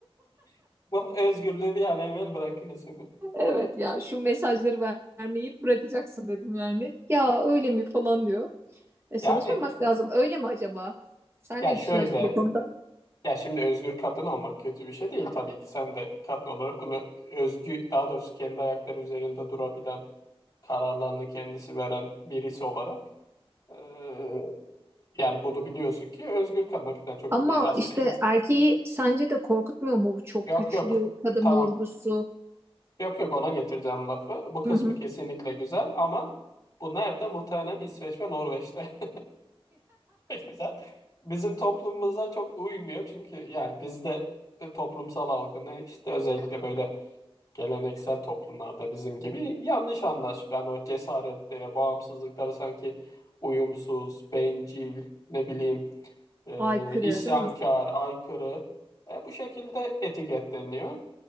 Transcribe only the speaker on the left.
<laughs> Bunun özgürlüğü bir an evvel bırakıyorsun.
Yani
ya
şöyle
ya şimdi özgür kadın olmak kötü bir şey değil tabii ki. Sen de kadın olarak bunu özgü daha doğrusu kendi ayakları üzerinde durabilen kararlarını kendisi veren birisi olarak eee, yani bunu biliyorsun ki özgür kadın hakikaten çok
iyi- aslında
iyi bir
yok
yok
tamam
Yok yok ona getireceğim lafı. Bu kısmı
kesinlikle güzel ama bu nerede? Muhtemelen İsveç ve Norveç'te. <laughs> Ne Güzel. Bizim toplumumuza çok uymuyor çünkü yani bizde e, toplumsal algı ne işte özellikle böyle geleneksel toplumlarda bizim gibi yanlış anlaşılıyor. Yani o cesaretlere, bağımsızlıkları sanki uyumsuz, bencil, ne bileyim e,
isyankar,
aykırı e, bu şekilde etiketleniyor.